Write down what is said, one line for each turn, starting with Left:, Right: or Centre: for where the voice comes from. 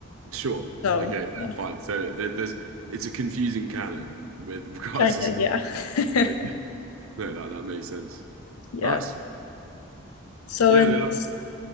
Right: Sure.
Left: So,
Right: Okay. yeah,
Left: yeah,
Right: fine. So there, there's it's a confusing canon with <laughs> regards
Left: kind
Right: to
Left: of, yeah. <laughs>
Right: Okay. <laughs> No, that, that makes sense.
Left: Yeah.
Right: Nice.
Left: So
Right: Yeah,
Left: in
Right: no, that-
Left: this,